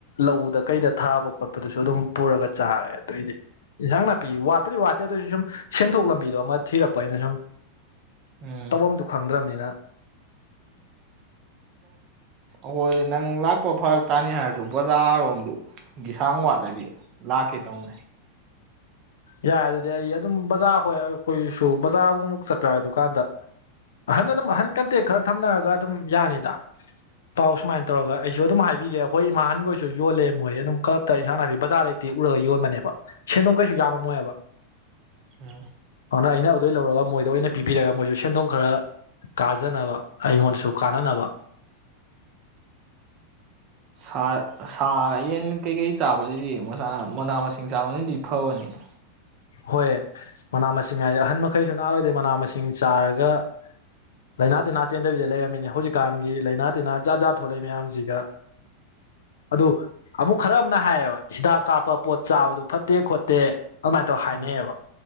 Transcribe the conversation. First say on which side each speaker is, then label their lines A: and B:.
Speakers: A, on the left; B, on the right.
A: ꯂꯧꯗ ꯀꯩꯗ ꯊꯥꯕ ꯈꯣꯠꯄꯗꯨꯁꯨ ꯑꯗꯨꯝ ꯄꯨꯔ ꯆꯥꯔꯦ ꯑꯗꯨꯏꯗꯤ ꯏꯟꯁꯥꯡ ꯅꯥꯄꯤ ꯋꯥꯠꯄꯗꯤ ꯋꯥꯠꯇꯦ ꯑꯗꯨꯑꯣꯏꯁꯨ ꯁꯨꯝ ꯁꯦꯟꯊꯣꯛ ꯂꯝꯕꯤꯗꯣ ꯑꯃ ꯊꯤꯔꯛꯄ ꯑꯩꯅ ꯁꯨꯝ
B: ꯎꯝ
A: ꯇꯧꯕꯝꯗꯨ ꯈꯪꯗ꯭ꯔꯝꯅꯤꯅ꯫
B: ꯑꯈꯣꯏ ꯅꯪ ꯂꯥꯛꯄ ꯐꯔꯛ ꯇꯥꯅꯤ ꯍꯥꯏꯖꯨ ꯕꯖꯥꯔꯔꯣꯝꯗꯨ ꯏꯁꯥꯡ ꯋꯥꯠꯂꯗꯤ ꯂꯥꯛꯀꯦ꯫ ꯇꯧꯅꯩ
A: ꯌꯥꯏ ꯑꯗꯨꯗꯤ ꯑꯩ ꯑꯗꯨꯝ ꯕꯥꯖꯔ ꯍꯣꯏ ꯑꯩꯈꯣꯏꯁꯨ ꯕꯥꯖꯔ ꯑꯃꯨꯛ ꯑꯃꯨꯛ ꯆꯠꯄ ꯌꯧꯋꯦ ꯑꯗꯨꯀꯥꯟꯗ ꯑꯍꯟ ꯑꯗꯨꯝ ꯑꯍꯟ ꯀꯣꯟꯇꯦꯛ ꯈꯔ ꯊꯝꯅꯔꯒ ꯑꯗꯨꯝ ꯌꯥꯅꯤꯗ ꯄꯥꯎ ꯁꯨꯃꯥꯢ ꯇꯧꯔꯒ ꯑꯩꯁꯨ ꯑꯗꯨꯝ ꯍꯥꯏꯕꯤꯒꯦ ꯑꯩꯈꯣꯏ ꯏꯃꯥ ꯑꯍꯟ ꯈꯣꯏꯁꯨ ꯌꯣꯟꯂꯦ ꯃꯣꯏ ꯑꯗꯨꯝ ꯀꯨꯜꯞꯇ ꯏꯟꯖꯥꯡ ꯅꯥꯄꯤ ꯕꯥꯖꯔ ꯗꯩ ꯇꯦꯛꯎꯔꯒ ꯌꯣꯟꯕꯅꯦꯕ ꯁꯦꯟꯗꯣꯡ ꯀꯩꯁꯨ ꯌꯥꯝꯕ ꯃꯣꯏꯕ
B: ꯎꯝ
A: ꯑꯗꯨꯅ ꯑꯩꯅ ꯑꯗꯨꯗꯩ ꯂꯧꯔꯒ ꯃꯣꯏꯗ ꯑꯣꯏꯅ ꯄꯤꯕꯤꯔꯒ ꯃꯣꯏꯁꯨ ꯁꯦꯟꯗꯣꯡ ꯈꯔ ꯀꯥꯖꯅꯕ ꯑꯩꯉꯣꯟꯗꯁꯨ ꯀꯥꯟꯅꯅꯕ꯫
B: ꯁꯥ ꯁꯥ ꯌꯦꯟ ꯀꯩꯀꯩ ꯆꯥꯕꯥꯗꯩꯗꯤ ꯃꯅꯥ ꯃꯁꯤꯡ ꯆꯥꯕꯅꯗꯤ ꯐꯥꯕꯅꯤꯅꯦ꯫
A: ꯍꯣꯏ ꯃꯅꯥ ꯃꯁꯤꯡ ꯍꯥꯏꯁꯦ ꯑꯍꯟ ꯃꯈꯩꯁꯨ ꯅꯥꯔꯣꯏꯗꯣꯏ ꯃꯅꯥ ꯃꯁꯤꯡ ꯆꯥꯔꯒ ꯂꯩꯥꯏꯅꯥ ꯇꯤꯟꯅꯥ ꯆꯦꯟꯗꯕꯤꯗ ꯂꯩꯔꯝꯃꯤꯅꯦ ꯍꯧꯖꯤꯛꯀꯥꯟꯒꯤ ꯂꯥꯏꯅꯥ ꯇꯤꯟꯅꯥ ꯖꯥꯠ ꯖꯥꯠ ꯊꯣꯛꯂꯛꯏ ꯃꯌꯥꯝꯁꯤꯒ ꯑꯗꯨ ꯑꯃꯨꯛ ꯈꯔ ꯑꯃꯅ ꯍꯥꯏꯌꯦꯕ ꯍꯤꯗꯥꯛ ꯀꯥꯞꯄ ꯄꯣꯠ ꯆꯥꯕꯗꯨ ꯐꯠꯇꯦ ꯈꯣꯠꯇꯦ ꯑꯗꯨꯃꯥꯏꯅ ꯍꯥꯏꯅꯩꯑꯦꯕ
B: ꯎꯝ